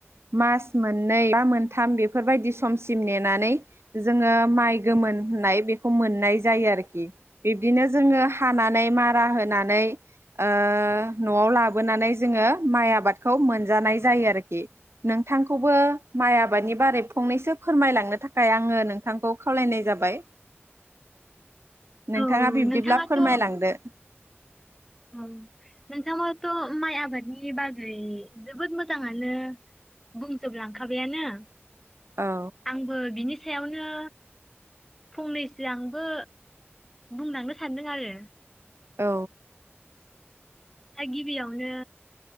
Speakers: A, on the right (about 70°); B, in the centre.
A: मास मोननै बा मोनथाम बेफोरबायदि समसिम नेनानै जोङो माइ गोमोननाय होननाय बेखौ मोननाय जायो आरोखि बिब्दिनो जोङो हानानै मारा होनानै ओ न'आव लाबोनानै जोङो माइ आबादखौ मोनजानाय जायो आरोखि नोंथांखौबो माइ आबादनि बारै फंनैसो फोरमायलांनो थाखाय आङो नोंथांखौ खावलायनाय जाबाय। नोंथाङा
B: औ
A: बिब्दिब्ला
B: नोंथाङाथ'
A: फोरमायलांदो।
B: औ नोंथाङाथ' माइ आबादनि बागै जोबोद मोजाङानो बुंजोब लांखाबायानो।
A: औ
B: आंबो बिनि सायावनो फंनैसो आंबो बुंलांनो सानदों आरो।
A: औ।
B: दा गिबियावनो